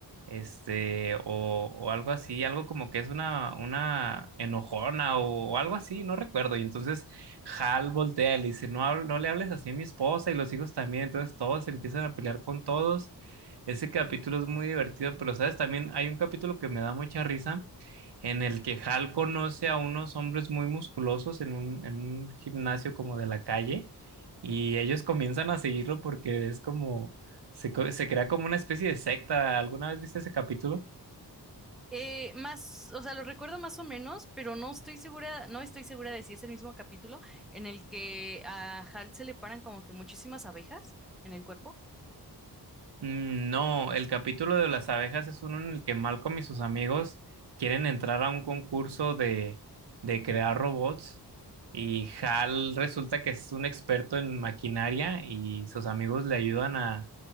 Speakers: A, on the right; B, in the centre.
A: este, o, o algo así, algo como que es una, una enojona o, o algo así, no recuerdo. Y entonces Hal voltea y le dice, no, hab- no le hables así a mi esposa y los hijos también. Entonces todos se empiezan a pelear con todos. Ese capítulo es muy divertido, pero sabes, también hay un capítulo que me da mucha risa en el que Hal conoce a unos hombres muy musculosos en un, en un gimnasio como de la calle y ellos comienzan a seguirlo porque es como, se, co- se crea como una especie de secta. ¿Alguna vez viste ese capítulo?
B: Eh, más, o sea, lo recuerdo más o menos, pero no estoy segura, no estoy segura de si es el mismo capítulo en el que a Halt se le paran como que muchísimas abejas en el cuerpo.
A: Mm, No, el capítulo de las abejas es uno en el que Malcolm y sus amigos quieren entrar a un concurso de, de crear robots y Hal resulta que es un experto en maquinaria y sus amigos le ayudan a,